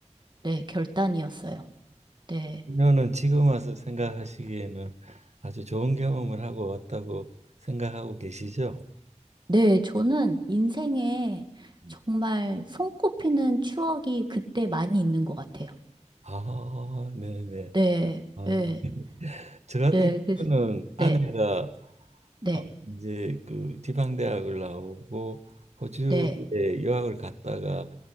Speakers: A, on the right; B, on the right.
A: 네, 결단이었어요. 네.
B: 그녀는 지금 와서 생각하시기에는 아주 좋은 경험을 하고 왔다고 생각하고 계시죠?
A: 네, 저는 인생에
B: 음.
A: 정말 손꼽히는 추억이 그때 많이 있는 것 같아요.
B: 아, 네네.
A: 네,
B: 아,
A: 네,
B: <laughs> 저 같은
A: 네, 그래서,
B: 경우는 아내가
A: 네, 네,
B: 어, 이제 그 지방대학을 나오고 호주에
A: 네,
B: 유학을 갔다가